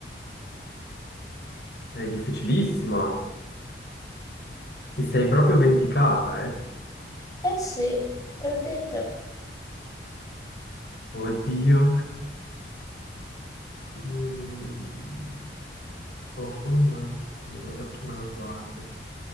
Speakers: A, on the left (about 65°); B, on the left (about 20°).
A: è difficilissima. Ti sei proprio vendicata, eh?
B: Eh sì, te l'ho detto.
A: Oddio. Mm, ho forma ma non respiro, gli occhi ma non guardo.